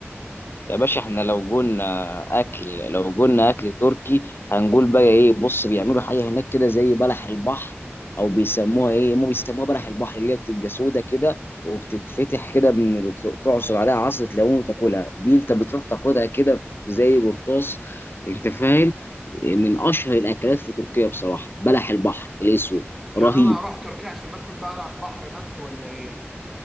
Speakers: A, on the left (about 55°); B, in the centre.
A: يا باشا احنا لو قلنا اكل لو قلنا اكل تركي هنقول بقى ايه بص بيعملوا حاجه هناك كده زي بلح البحر او بيسموها ايه هم بيسموها بلح البحر اللي هي بتبقى سودا كده وبتتفتح كده من ال- تعصر عليها عصره ليمون وتاكلها دي انت بتروح تاخدها كده زي قرطاس انت فاهم من اشهر الاكلات في تركيا بصراحه بلح البحر الاسود
B: يعني
A: رهيب
B: انا اروح تركيا عشان اكل بقى بحر بس ولا ايه